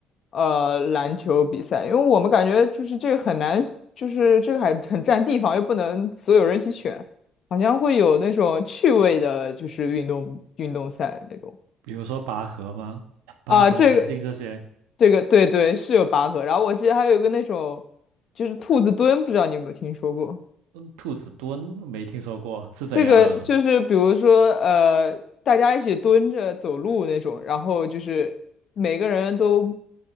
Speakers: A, on the left; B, on the right.
A: 呃，篮球比赛，因为我们感觉就是这个很难，就是这个还很占地方，又不能所有人一起选，好像会有那种趣味的，就是运动运动赛那种
B: 比如说拔河吗？拔河、
A: 啊，这个
B: 田径这些。
A: 这个对对是有拔河，然后我记得还有一个那种就是兔子蹲，不知道你有没有听说过？
B: 兔子蹲没听说过，是怎样？
A: 这个就是比如说，呃，大家一起蹲着走路那种，然后就是每个人都，